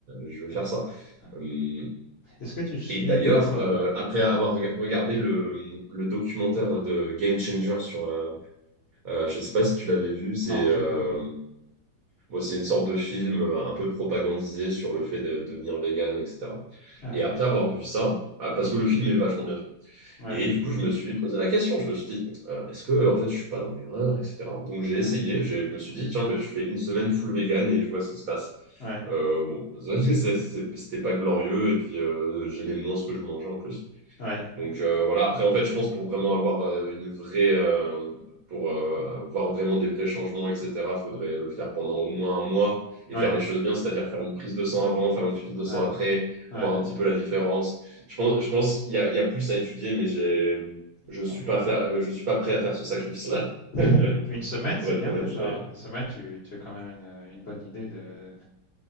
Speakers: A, on the right (about 60°); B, on the left (about 55°).
A: je vais
B: ouais,
A: faire ça.
B: ouais.
A: Euh,
B: Est-ce que tu suis
A: Et d'ailleurs,
B: d'autres euh,
A: euh, après avoir rega-
B: ouais.
A: regardé le, le documentaire de Game Changer sur, euh, euh, je ne sais pas si tu l'avais vu, c'est
B: Non,
A: euh,
B: je l'ai pas vu.
A: bon, c'est une sorte de film euh, un peu propagandisé sur le fait de, de devenir vegan, etc.
B: Ah
A: Et
B: ouais.
A: après avoir vu ça, ah, parce
B: Mhm.
A: que le film est vachement bien fait,
B: Ouais,
A: et du coup je me suis posé la question, je me suis dit, euh, est-ce que en fait je suis pas dans l'erreur, etc. Donc j'ai
B: ouais,
A: essayé, j'ai- je me suis dit, tiens, ben, je fais une semaine full vegan et je vois ce qui se passe.
B: ouais,
A: Euh, bon, <laughs> c'est- c'est- c'était pas glorieux, et puis euh, j'aimais moins ce que je mangeais en plus.
B: ouais,
A: Donc euh, voilà, après en fait, je pense pour vraiment avoir euh, une vraie, euh, pour euh, voir vraiment des vrais changements, etc., faudrait le faire pendant au moins un mois et
B: ouais,
A: faire les choses bien, c'est-à-dire faire une prise de sang avant, faire une prise de sang
B: ouais, ouais,
A: après,
B: ouais.
A: voir
B: ouais.
A: un petit peu la différence. Je pense, je pense, il y a, il y a plus à étudier, mais j'ai, je
B: Bon,
A: suis
B: une,
A: pas faire, euh, je suis pas prêt à faire ce sacrifice-là, <laughs>
B: <laughs> Une semaine, c'est
A: pour être
B: bien
A: honnête,
B: déjà.
A: mais.
B: Une semaine, tu, tu as quand même une, une bonne idée de,